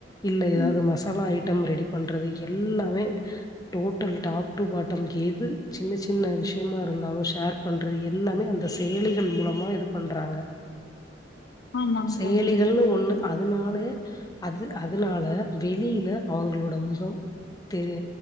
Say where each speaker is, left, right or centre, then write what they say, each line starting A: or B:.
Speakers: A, on the left; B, on the left.
A: இல்ல எதாவ்து
B: ம்
A: மசாலா ஐட்டம் ரெடி பண்றது எல்லாமே டோட்டல் டாப் டூ பாட்டம் எது சின்ன சின்ன விஷ்யமாரு ந்தாலு ஷேர் பண்றது எல்லாமே அந்த செயலிகள் மூலமா இது பண்றாங்க
B: ஆமாங்க
A: செயலிகள்னு
B: தோழி
A: ஒன்னு அதுனால அது அதுனால வெளியில அவங்ளோட முஹம் தெரி